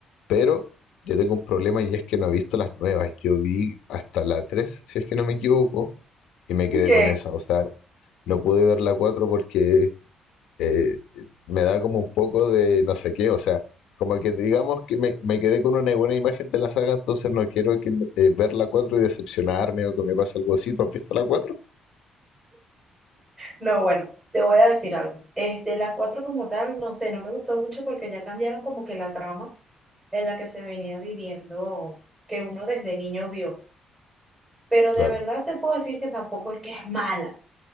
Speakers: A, on the left; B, on the right.
A: pero yo tengo un problema y es que no he visto las nuevas. Yo vi hasta la 3, si es que no me equivoco, y me quedé
B: Ok.
A: con esa. O sea, no pude ver la 4 porque eh, me da como un poco de no sé qué. O sea, como que digamos que me, me quedé con una buena imagen de la saga, entonces no quiero que, me- eh, ver la 4 y decepcionarme o que me pase algo así. ¿Tú has visto la cuatro?
B: No, bueno, te voy a decir algo. Este, la 4 como tal, no sé, no me gustó mucho porque ya cambiaron como que la trama en la que se venía viviendo, que uno desde niño vio. Pero
A: Claro.
B: de verdad te puedo decir que tampoco es que es mala,